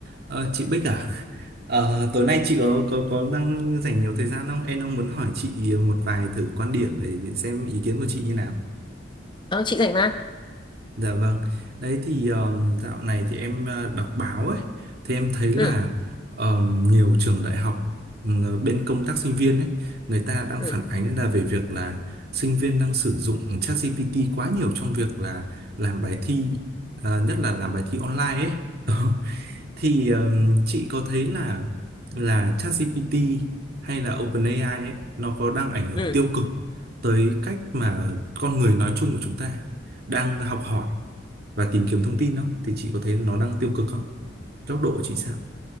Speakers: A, on the right; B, on the left.
A: Ờ, chị Bích à? Ờ, tối nay chị có có có đang dành nhiều thời gian không? Em đang muốn hỏi chị một vài thử quan điểm để xem ý kiến của chị như nào.
B: Ờ, chị rảnh mà.
A: Dạ vâng. Đấy thì um, dạo này thì em ờ, đọc báo ấy, thì em thấy là
B: Ừ,
A: um, nhiều trường đại học ừ, bên công tác sinh viên ấy, người ta đang
B: ừ,
A: phản ánh là về việc là sinh viên đang sử dụng ChatGPT quá nhiều trong việc là làm bài thi, ờ, nhất là làm bài thi online ấy. <laughs> thì ừm, chị có thấy là là ChatGPT hay là OpenAI ấy nó có đang ảnh hưởng
B: ừ.
A: tiêu cực tới cách mà con người nói chung của chúng ta đang học hỏi và tìm kiếm thông tin không? Thì chị có thấy nó đang tiêu cực không? Góc độ của chị sao?